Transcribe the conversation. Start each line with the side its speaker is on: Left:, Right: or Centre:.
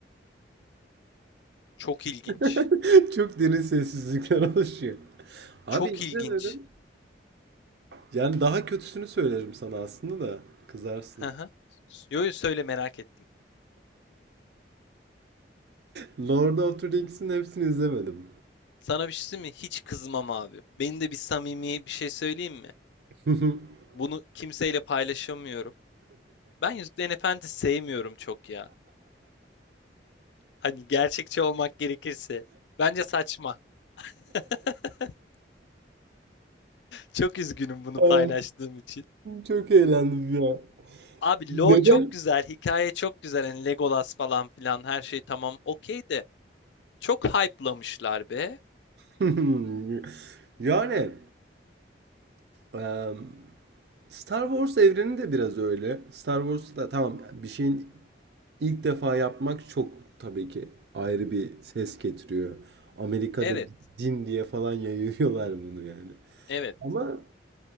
Left: Çok ilginç.
Right: <laughs> Çok derin sessizlikler oluşuyor. Abi
Left: Çok
Right: izlemedim.
Left: ilginç.
Right: Yani daha kötüsünü söylerim sana aslında da kızarsın.
Left: Hı hı. Yo yo söyle merak ettim.
Right: Lord of the Rings'in hepsini izlemedim.
Left: Sana bir şey söyleyeyim mi? Hiç kızmam abi. Benim de bir samimi bir şey söyleyeyim mi?
Right: <laughs>
Left: Bunu kimseyle paylaşamıyorum. Ben Yüzüklerin Efendisi sevmiyorum çok ya. Hani gerçekçi olmak gerekirse. Bence saçma. <laughs> Çok üzgünüm bunu
Right: Evet,
Left: paylaştığım için.
Right: çok eğlendim ya.
Left: Abi
Right: Neden?
Left: lore çok güzel, hikaye çok güzel. Hani Legolas falan filan her şey tamam okey de. Çok hype'lamışlar be.
Right: <laughs> Yani em, Star Wars evreni de biraz öyle. Star Wars'ta tamam bir şeyin ilk defa yapmak çok tabii ki ayrı bir ses getiriyor. Amerika'da
Left: Evet,
Right: din diye falan yayıyorlar bunu yani.
Left: evet.
Right: Ama